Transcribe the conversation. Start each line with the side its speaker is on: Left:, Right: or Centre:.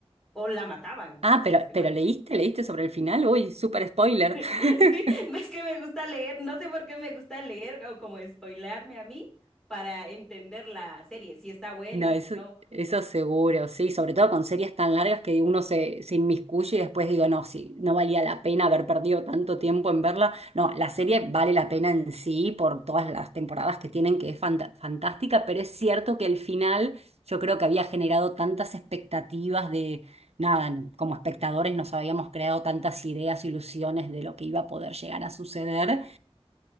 Centre: O la mataban,
Right: Ah,
Centre: si
Right: pero,
Centre: no estoy
Right: pero
Centre: mal.
Right: leíste, leíste sobre el final, uy, súper spoiler.
Centre: <laughs>
Right: <laughs>
Centre: Sí, ves que me gusta leer, no sé por qué me gusta leer o como spoilearme a mí para entender la serie, si está buena,
Right: No,
Centre: si
Right: eso,
Centre: no.
Right: eso seguro, sí, sobre todo con series tan largas que uno se, se inmiscuye y después digo, no, sí, no valía la pena haber perdido tanto tiempo en verla. No, la serie vale la pena en sí por todas las temporadas que tienen, que es fanta- fantástica, pero es cierto que el final yo creo que había generado tantas expectativas de, nada, no, como espectadores nos habíamos creado tantas ideas, ilusiones de lo que iba a poder llegar a suceder